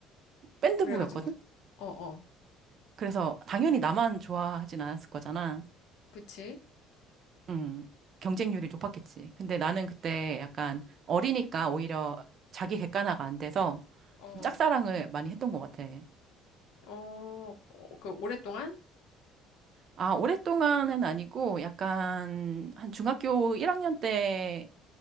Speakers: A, on the right; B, on the left.
A: 밴드부였거든?
B: 그래가지고 어, 어,
A: 그래서 당연히 나만 좋아하진 않았을 거잖아.
B: 그치?
A: 음, 경쟁률이 높았겠지. 근데 나는 그때 약간 어리니까 오히려 자기 객관화가 안 돼서
B: 어,
A: 좀 짝사랑을 많이 했던 것 같아.
B: 어, 어, 그 오랫동안
A: 아, 오랫동안은 아니고 약간 한 중학교 1학년 때